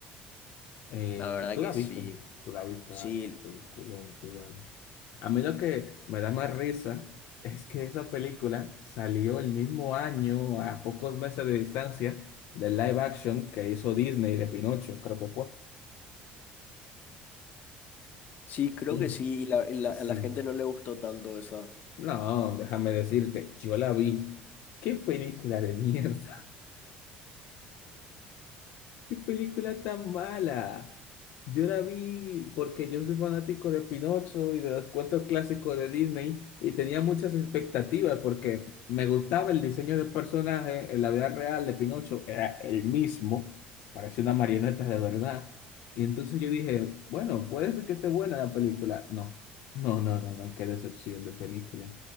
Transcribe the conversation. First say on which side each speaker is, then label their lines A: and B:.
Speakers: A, on the left; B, on the left.
A: Eh,
B: la verdad
A: ¿tú
B: que
A: la viste?
B: sí.
A: Tú la viste,
B: Sí,
A: ah, qué peliculón, tú, vale. A mí lo que me da más risa es que esa película salió el mismo año, a pocos meses de distancia, del live action que hizo Disney de Pinocho, creo que fue.
B: sí, creo
A: Y-
B: que sí. Y la, y la-
A: Sí.
B: a la gente no le gustó tanto esa.
A: No, déjame decirte, yo la vi. Qué película de mierda. ¿Qué película tan mala? Yo la vi porque yo soy fanático de Pinocho y de los cuentos clásicos de Disney y tenía muchas expectativas porque me gustaba el diseño de personaje en la vida real de Pinocho, era el mismo, parecía una marioneta de verdad. Y entonces yo dije, bueno, puede ser que esté buena la película. No, no, no, no, no, qué decepción de película.